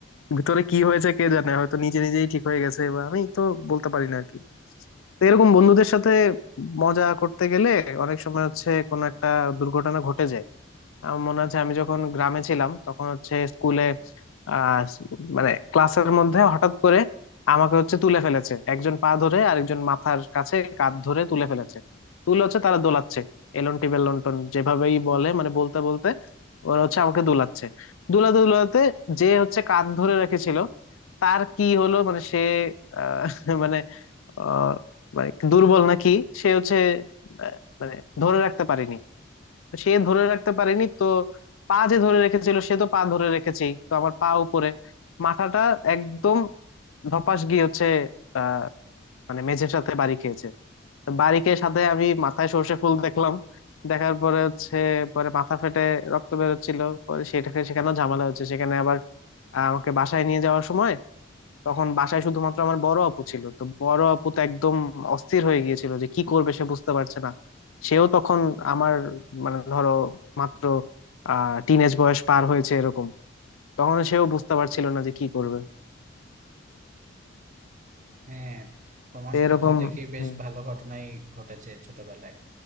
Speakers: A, on the left (about 80°); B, on the right (about 35°).
A: ভিতরে কি হয়েছে কে জানে হয়তো নিজে নিজেই ঠিক হয়ে গেছে বা আমি তো বলতে পারি না আর কি তো এরকম বন্ধুদের সাথে মজা করতে গেলে অনেক সময় হচ্ছে কোনো একটা দুর্ঘটনা ঘটে যায় আমার মনে আছে আমি যখন গ্রামে ছিলাম তখন হচ্ছে স্কুলে আহ মানে ক্লাসের মধ্যে হঠাৎ করে আমাকে হচ্ছে তুলে ফেলেছে একজন পা ধরে আরেকজন মাথার কাছে কাঁধ ধরে তুলে ফেলেছে তুলে হচ্ছে তারা দোলাচ্ছে এলন্টি বেলন্টন যেভাবেই বলে মানে বলতে বলতে ওরা হচ্ছে আমাকে দোলাচ্ছে দোলাতে দোলাতে যে হচ্ছে কাঁধ ধরে রেখেছিল তার কি হলো মানে সে আহ, <laughs> মানে আহ, মানে দুর্বল নাকি সে হচ্ছে আহ, মানে ধরে রাখতে পারিনি সে ধরে রাখতে পারেনি তো পা যে ধরে রেখেছিল সে তো পা ধরে রেখেছেই তো আমার পা উপরে মাথাটা একদম ধপাস গিয়ে হচ্ছে আহ মানে মেঝের সাথে বাড়ি খেয়েছে তো বাড়ি খেয়ে সাথে আমি মাথায় সর্ষে ফুল দেখলাম দেখার পরে হচ্ছে পরে মাথা ফেটে রক্ত বেরোচ্ছিল পরে সেটাকে সেখানেও ঝামেলা হচ্ছে সেখানে আবার আহ, আমাকে বাসায় নিয়ে যাওয়ার সময় তখন বাসায় শুধুমাত্র আমার বড় আপু ছিল তো বড় আপু তো একদম অস্থির হয়ে গিয়েছিল যে কি করবে সে বুঝতে পারছে না সেও তখন আমার মানে ধরো মাত্র আহ টিনেজ বয়স পার হয়েছে এরকম তখন সেও বুঝতে পারছিল না যে কি করবে
B: হ্যাঁ তোমার
A: তো
B: সাথে
A: এরকম
B: তো দেখি বেশ
A: হুম,
B: ভালো ঘটনাই ঘটেছে ছোটবেলায়